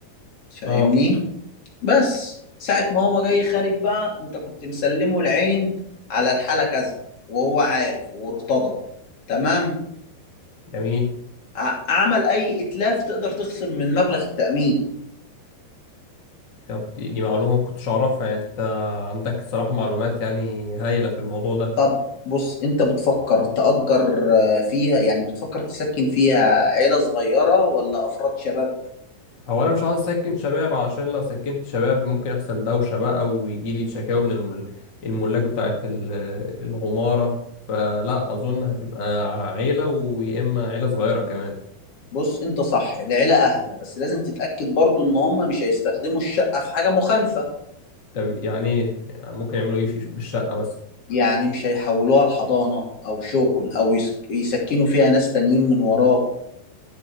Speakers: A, on the left; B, on the left.
A: فاهمني؟
B: اه
A: بس ساعة ما هو جاي خارج بقى أنت كنت مسلمه العين على الحالة كذا وهو عارف وارتضى تمام؟
B: جميل
A: ع- عمل أي إتلاف تقدر تخصم من مبلغ التأمين
B: طب دي, دي معلومة ما كنتش أعرفها يعني أنت عندك الصراحة معلومات يعني هايلة في الموضوع ده
A: طب بص انت بتفكر تأجر آه، فيها يعني بتفكر تسكن فيها عيلة صغيرة ولا أفراد شباب
B: هو أنا مش عاوز أسكن شباب علشان لو سكنت شباب ممكن يحصل دوشة بقى ويجي لي شكاوى من الم- الملاك بتاعة ال- العمارة فلا أظن هتبقى عيلة ويا إما عيلة صغيرة كمان
A: بص انت صح العيلة أهدى بس لازم تتأكد برضو ان هم مش هيستخدموا الشقة في حاجة مخالفة
B: طب يعني إيه؟ يعني ممكن يعملوا إيه في بالشقة مثلا
A: يعني مش هيحولوها لحضانة أو شغل أو يس- يسكنوا فيها ناس تانيين من وراك